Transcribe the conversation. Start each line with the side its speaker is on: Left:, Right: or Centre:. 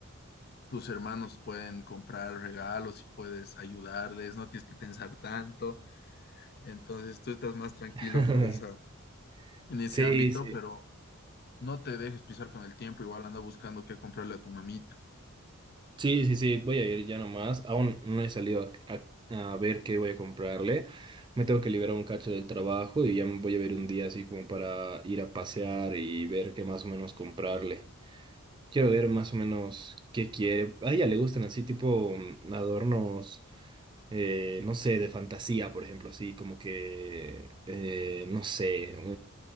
Left: Tus hermanos pueden comprar regalos y puedes ayudarles, no tienes que pensar tanto. Entonces tú estás más tranquilo
Right: <laughs>
Left: por esa, en ese
Right: Sí,
Left: ámbito,
Right: sí,
Left: pero no te dejes pisar con el tiempo. Igual anda buscando qué comprarle a tu mamita.
Right: Sí, sí, sí, voy a ir ya nomás. Aún no he salido a, a- a ver qué voy a comprarle. Me tengo que liberar un cacho del trabajo y ya me voy a ver un día así como para ir a pasear y ver qué más o menos comprarle. Quiero ver más o menos qué quiere. A ella le gustan así tipo mm, adornos, eh, no sé, de fantasía, por ejemplo, así como que, eh, no sé,